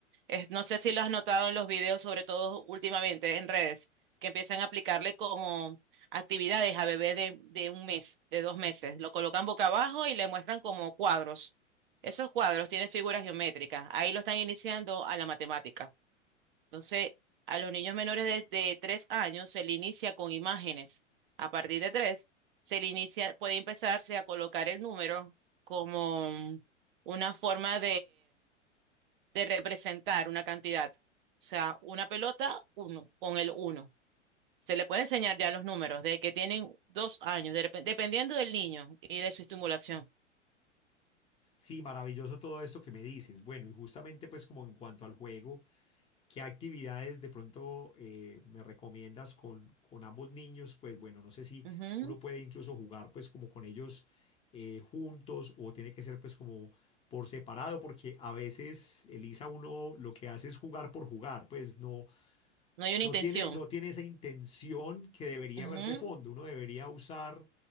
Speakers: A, on the right; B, on the left.
A: Es- no sé si lo has notado en los videos, sobre todo últimamente en redes, que empiezan a aplicarle como actividades a bebés de, de un mes, de dos meses. Lo colocan boca abajo y le muestran como cuadros. Esos cuadros tienen figuras geométricas. Ahí lo están iniciando a la matemática. Entonces, a los niños menores de, de tres años se le inicia con imágenes. A partir de tres, se le inicia, puede empezarse a colocar el número como una forma de representar una cantidad. O sea, una pelota, uno, con el uno. Se le puede enseñar ya los números de que tienen dos años, de repen- dependiendo del niño y de su estimulación.
B: Sí, maravilloso todo esto que me dices. Bueno, y justamente pues como en cuanto al juego. ¿Qué actividades de pronto eh, me recomiendas con, con ambos niños? Pues bueno, no sé si
A: Ujú.
B: uno puede incluso jugar pues como con ellos eh, juntos o tiene que ser pues como por separado, porque a veces Elisa uno lo que hace es jugar por jugar, pues no,
A: No hay una
B: no
A: intención.
B: tiene, no tiene esa intención que debería
A: Ujú.
B: haber de fondo. Uno debería usar,